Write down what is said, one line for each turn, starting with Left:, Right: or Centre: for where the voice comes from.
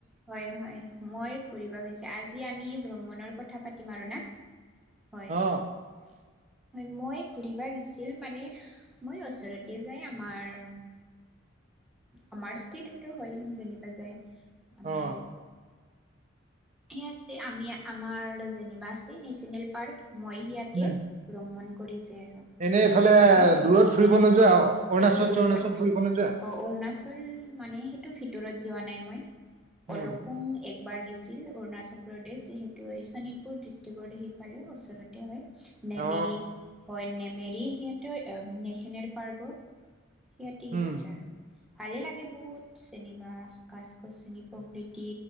Centre: হয় হয় মই, ঘূৰিব গৈছে আজি আমি ভ্ৰমণৰ কথা পাতিম আৰু না। হয়।
Right: অ
Centre: হয় মই ঘুৰিব গৈছিল মানে মই ওচৰতে যাই আমাৰ। আমাৰ ষ্টেটোতো হয় যেনিবা যায় আমি।
Right: অ
Centre: সিয়াতে আমি আমাৰ যেনিবা আছে নেশনেল পাৰ্ক মই, ইয়াকে
Right: উম
Centre: ভ্ৰমণ কৰি যায় আৰু
Right: এনে এইফালে
Centre: ভ্ৰমণ কৰিব
Right: দূৰত
Centre: যায়
Right: ফুৰিব নোযোৱা অৰুণাচল
Centre: দৰত
Right: চৰুণাচল ফুৰিব
Centre: আহ
Right: নোযোৱা
Centre: অৰুণাচল আচল মানে সেইটো ভিতৰত যোৱা নাই মই কলো,
Right: উম
Centre: পুং একবাৰ গিছিল অৰুণাচল প্ৰদেশ সেইটো শোণিতপুৰ ডিষ্ট্ৰিকটৰ সেই, পালে ওচৰতে হয়। নেমেৰি
Right: অ
Centre: হয় নেমেৰি সিহঁতে নেশচনেল পাৰ্কৰ, সিহঁতে গৈছিল
Right: উম
Centre: আৰু ভালে লাগে বহুত, যেনিবা গাছ-গছনি প্ৰকৃতি